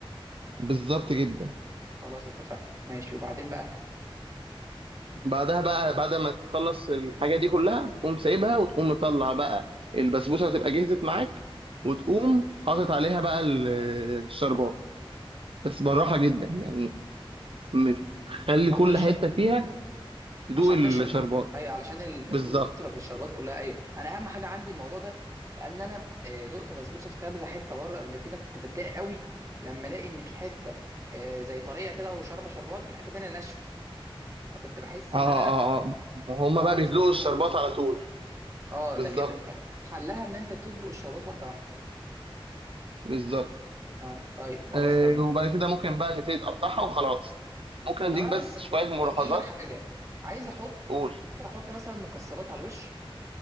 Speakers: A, on the right; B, on the right.
A: بالظبط جدا
B: خلاص اتفقنا ماشي وبعدين بقى
A: بعدها بقى بعد ما تخلص الحاجة دي كلها تقوم سايبها وتقوم مطلع بقى البسبوسة هتبقى جهزت معاك وتقوم حاطط عليها بقى ال- الشربات بس بالراحة جدا يعني م- خلي
B: أحط
A: كل
B: الش...
A: حتة فيها تدوق
B: عشان
A: الشربات
B: تشرب أيوه علشان البسبوسة
A: بالظبط
B: تشرب الشربات كلها أيوه أنا أهم حاجة عندي الموضوع ده لأن أنا آه، دقت بسبوسة في كبزة حتة بره قبل كده كنت بتضايق قوي لما ألاقي إن في حتة آه، زي طرية كده وشاربة شربات وحتة تانية ناشفة فكنت بحس
A: اه
B: إن
A: اه
B: أنا
A: اه ما هما
B: أه
A: بقى
B: مش
A: بيدلقوا
B: مبسوط
A: الشربات على طول
B: أه
A: بالظبط
B: لكن ده حلها إن أنت تدلق الشربات واحدة واحدة
A: بالظبط
B: اه طيب خلاص
A: آه
B: تمام
A: وبعد كده ممكن بقى تبتدي تقطعها وخلاص ممكن اديك
B: طب انا
A: بس
B: بس
A: شوية ملاحظات
B: كنت عايز اقول لك حاجه عايز احط
A: قول
B: ممكن احط مثلا مكسرات على الوش